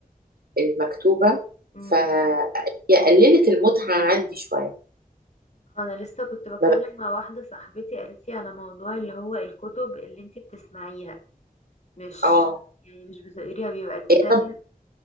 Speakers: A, on the right (about 80°); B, on the left (about 50°).
A: المكتوبة
B: امم
A: فهي قللت المتعة عندي شوية
B: انا لسه كنت بتكلم
A: ما بقى-
B: مع واحده صاحبتي قالت لي على موضوع اللي هو الكتب اللي انتي بتسمعيها مش
A: اه
B: يعني مش بتقريها بيبقى الكتاب
A: إيه طب